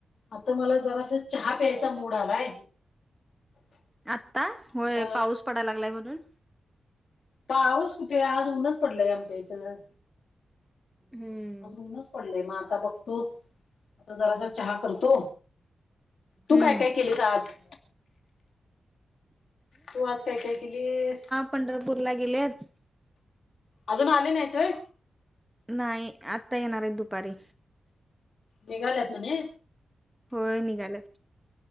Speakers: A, on the left; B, in the centre.
A: आता मला जरा च चा मूड आलाय
B: आत्ता होय
A: आता
B: पाऊस पडायला लागलाय म्हणून
A: पाऊस कुठे आज ऊन्हच पडलाय आमच्या इथं
B: हम्म
A: आजऊनच पडलय मग आता बघतो आता जरासा चहा करतो तू
B: हम्म
A: काय काय केलेस आज तू आज काय काय केलीस
B: पंढरपूर ला गेलेत
A: अजून आले नाहीतय
B: नाही आता येणार आहेत दुपारी
A: मेघालयात म्हणे
B: होय निघाल